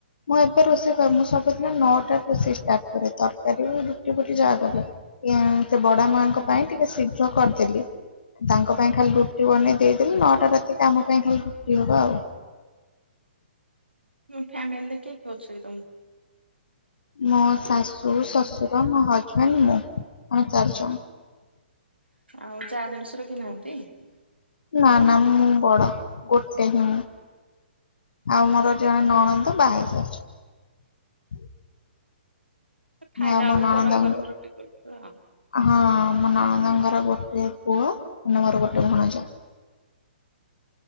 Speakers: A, on the left; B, on the right.
A: ମୁଁ ଏବେ ରୋଷେଇ କ ମୁଁ ସବୁଦିନ ନଅଟା ରୋଷେଇ ଷ୍ଟାର୍ଟ କରେ ତରକାରୀ ବୁଟି ଫୁଟି ଯାହା କଲେ ସେ ବଡ ମାଙ୍କ ପାଇଁ ଟିକେ ଶୀଘ୍ର କରିଦ ତାଙ୍କ ପାଇଁ ଖାଲି ତୁ ଆଣି ଦେଇ ଦେଲୁ ନଅଟା ରାତିରେ ଆମ ପାଇଁ ଖାଲି ରୁଟି ହବ ଆଉ।
B: ହଁଁ ଫ୍ୟାମିଲି ଦେଖି ହଉଛି ଏକଦମ୍।
A: ମୋ ଶାଶୁ ଶଶୁର ମୋ ହଜବେଣ୍ଡ ମୁଁ ଆମେ ଚାରିଜଣ।
B: ଆଉ ଯା ଦେଢସୁର କେହି ନାହାନ୍ତି?
A: ନା ନା ମୁଁ ବଡ। ଗୋଟେ ହିଁ। ଆଉ ମୋର ଜଣେ ନଣ ଦ ବାହା ହେଇ ସରିଚନ୍ତି।
B: ଖାଇଲା
A: ଆ ମୋ
B: ବେଳକୁ
A: ନଣନ୍ଦ
B: ଗରମ
A: ଙ୍କ
B: ଗରମ
A: ର
B: ରୁଟି କରୁଥିବ ଆଉ
A: ହଁ। ଆମ ନଣନ୍ଦଙ୍କର ଗୋଟେ ପୁଅ ମୋର ଗୋଟେ ଭଣଜା।